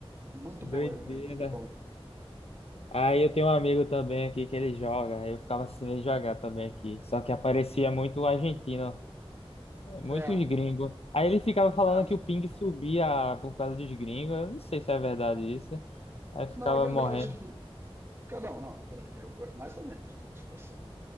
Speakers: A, on the right (about 25°); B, on the left (about 75°).
A: muito bom
B: Doideira.
A: ele, cara, muito bom.
B: Aí eu tenho um amigo também aqui que ele joga. Eu ficava assistindo ele jogar também aqui. Só que aparecia muito argentino, muitos
A: É,
B: gringos. Aí ele ficava falando
A: é,
B: que o ping subia por causa dos gringos. Eu não sei se é verdade isso. Aí eu ficava
A: não, é verdade.
B: morrendo.
A: Cara, Não, não, peraí, eu- mais ou menos, né? Tipo assim,